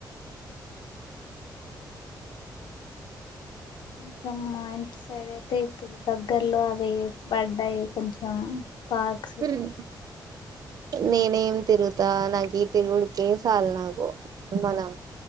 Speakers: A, on the left; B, on the right.
A: కొంచెం మా ఇంటి సైడ్ అయితే ఇప్పుడు దగ్గర్లో అవి పడ్డాయి కొంచెం. పార్క్స్.
B: ఉమ్, నేనేం తిరుగుతా నాకు తిరుగుడికే చాల నాకు మనం.